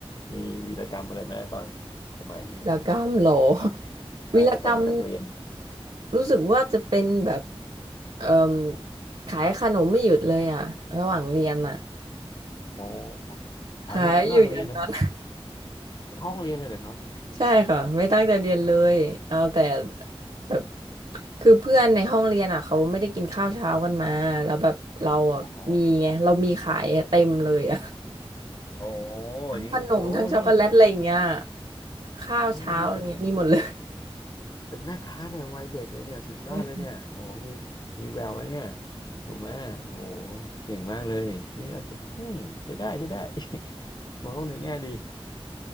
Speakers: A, on the left; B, on the right.
A: มีวีรกรรมอะไรไหมตอนสมัยเรียนมัธยมตอน
B: วีรกรรมเหรอ <laughs>
A: ใช่ตอนเป็นนักเรียน
B: วีรกรรม รู้สึกว่าจะเป็นแบบเอ่มขายขนมไม่หยุดเลยอ่ะระหว่างเรียนอ่ะ
A: โอ้ถ่ายรูปหน้าโรงเรียนเหรอ
B: ขายอยู่อย่างนั้น
A: ในห้องเรียนเลยเหรอครับ
B: <laughs> ใช่ค่ะไม่ตั้งใจเรียนเลยเอาแต่แบบคือเพื่อนในห้องเรียนอ่ะเขาไม่ได้กินข้าวเช้ากันมาแล้วแบบเราอ่ะมีไงเรามีขายอะเต็มเลยอ่ะ
A: โอ้โหโอ้โห
B: <laughs>
A: นี่โอ้นี่
B: ขนมทั้งช็อกโกแลตอะไรอย่างเงี้ยข้าวเช้าอะไรเงี้ยมีหมดเลย
A: โอ้โหนี่เป็น เป็นแม่ค้าในวัยเด็กเลยเนี่ยสุดยอดเลยเนี่ยโหมี
B: <laughs> เนี่ย
A: มีแวววะเนี่ยถูกไหมโหเก่งมากเลยนี่อาจจะอืมใช้ได้ใช้ได้ <laughs> มองโลกในแง่ดี